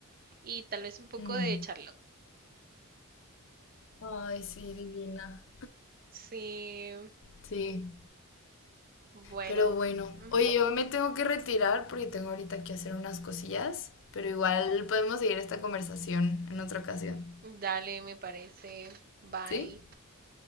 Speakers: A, on the right (about 40°); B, on the left (about 60°).
A: Y tal vez un poco
B: Mm.
A: de Charlotte.
B: Ay, sí, divina.
A: Sí,
B: Sí.
A: bueno.
B: Pero bueno,
A: ujú.
B: oye, yo me tengo que retirar porque tengo ahorita que hacer unas cosillas, pero igual podemos seguir esta conversación en otra ocasión,
A: Dale, me parece. Bye.
B: ¿sí?